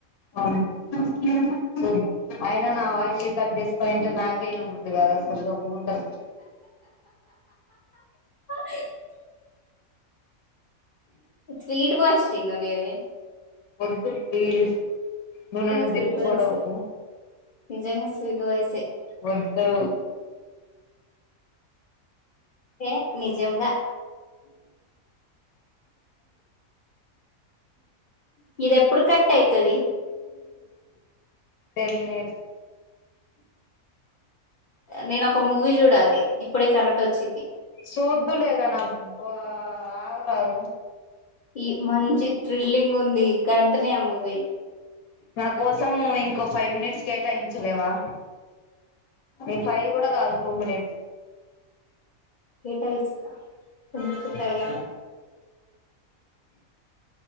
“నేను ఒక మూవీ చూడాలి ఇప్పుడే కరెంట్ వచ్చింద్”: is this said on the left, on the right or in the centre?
Left